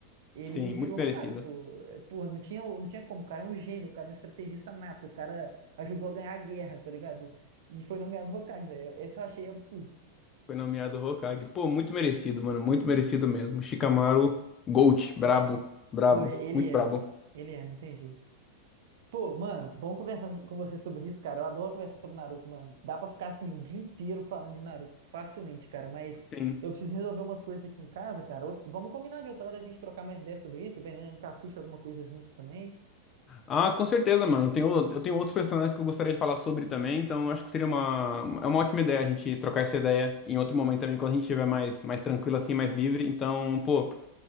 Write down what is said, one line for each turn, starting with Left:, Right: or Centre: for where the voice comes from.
Right: Ele
Left: sim,
Right: virou
Left: muito merecido.
Right: Hokage, pô. É, Porra, não tinha, não tinha como. O cara é um gênio, o cara é um estrategista nato, o cara ajudou a ganhar a guerra, tá ligado? E foi nomeado Hokage, velho. Esse eu achei absurdo.
Left: Foi nomeado Hokage. Pô, muito merecido, mano. Muito merecido mesmo. Shikamaru Gold. Brabo, brabo.
Right: Pô, ele
Left: Muito
Right: é,
Left: brabo.
Right: mano. Ele é, não tem jeito. Pô, mano, bom conversar so- com você sobre isso, cara. Eu adoro conversar sobre Naruto, mano. Dá pra ficar assim o dia inteiro falando de Naruto facilmente, cara. Mas
Left: Sim.
Right: eu preciso resolver umas coisas aqui em casa, cara. Out- Vamos combinar de outra hora a gente trocar mais ideias sobre isso, dependendo, a gente assiste alguma coisa junto também.
Left: Ah, com certeza, mano. Eu tenho, eu tenho outros personagens que eu gostaria de falar sobre também. Então, acho que seria uma, é uma ótima ideia a gente trocar essa ideia em outro momento também, quando a gente estiver mais, mais tranquilo assim, mais livre. Então, pô.